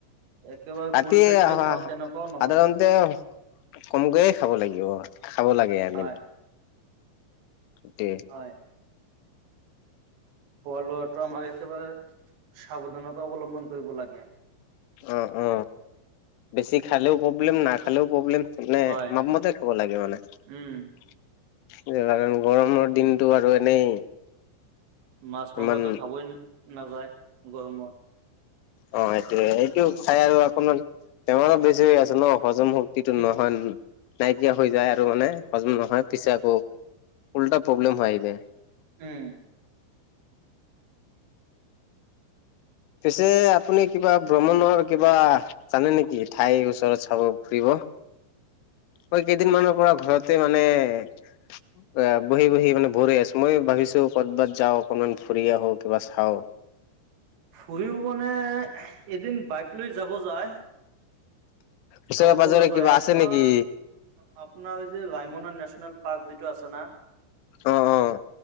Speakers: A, on the right; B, on the left.
A: একেবাৰে
B: ৰাতি
A: ফুল পেট
B: আহ
A: যে খাওঁ তেনেকুৱাও
B: সাধাৰতে
A: নহয়
B: কমকৈয়ে খাব লাগিব খাব লাগে আমি
A: হয়।
B: তে
A: হয় খোৱা লোৱাটো আমাৰ একেবাৰে সাৱধানতা অৱলম্বন কৰিব লাগে।
B: অ অ বেছি খালেও প্ৰব্লেম না খালেও প্ৰব্লেম মানে
A: হয়
B: মাপমতে খাব লাগে মানে স
A: উম
B: কাৰণ গৰমৰ দিনতটো আৰু এনেই
A: মাছ মাংসটো
B: ইমান
A: খাবই নাযায় গৰমত
B: অ এইটোয়ে এইটো খাই আৰু অকনমান বেমাৰো বেছি হৈ আছে ন হজম শক্তিটো
A: উম
B: নহয় নাইকিয়া হৈ যায় আৰু মানে হজম নহয় পিছে আকৌ উল্টা প্ৰব্লেম হৈ যায়
A: উম
B: পিছে আপুনি কিবা ভ্ৰমণৰ কিবা জানে নেকি ঠাইৰ ওচৰত চাব ফুৰিব মই কেইদিন মানৰ পৰা ঘৰতে মানে অ বহি বহি মানে ভৰি হৈ আছো মই ভাবিছো কৰ'বাত যাওঁ অকনমান ফুৰি আহওক কিবা চাও
A: ঘুৰিও মানে এদিন বাইক লৈ যাব যায়
B: ওচৰে
A: যাব
B: পাজৰে
A: পৰা যায়
B: কিবা
A: আপোনাৰ
B: আছে নেকি
A: আপোনাৰ যে ৰাইমনা নেশচনেল পাৰ্ক যিটো আছে না
B: অ অ